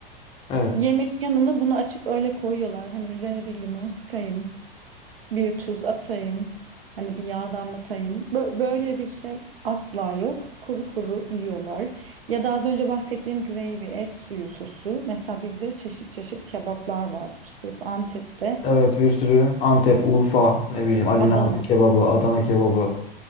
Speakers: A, on the left; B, on the right.
A: Evet.
B: Yemeğin yanına bunu açıp öyle koyuyorlar. Hani üzerine bir limon sıkayım, bir tuz atayım, hani bir yağ damlatayım. Bö- böyle bir şey asla yok. Kuru kuru yiyorlar. Ya da az önce bahsettiğim gravy, et suyu sosu. Mesela bizde çeşit çeşit kebaplar vardır. Sırf Antep'te,
A: Evet bir sürü Antep, Urfa, ne bileyim Ali
B: Adana.
A: Nazik kebabı, Adana kebabı.